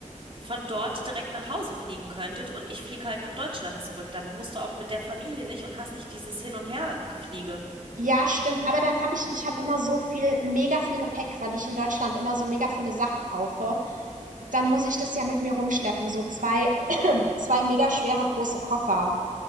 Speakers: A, on the right; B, on the right.
A: von dort direkt nach Hause fliegen könntet und ich fliege halt nach Deutschland zurück. Dann musst du auch mit der Familie nicht und hast nicht dieses Hin- und Her-Gefliege.
B: Ja, stimmt. Aber dann habe ich, ich habe immer so viel, mega viel Gepäck, weil ich in Deutschland immer so mega viele Sachen kaufe. Dann muss ich das ja mit mir rumschleppen. So zwei, zwei mega schwere große Koffer.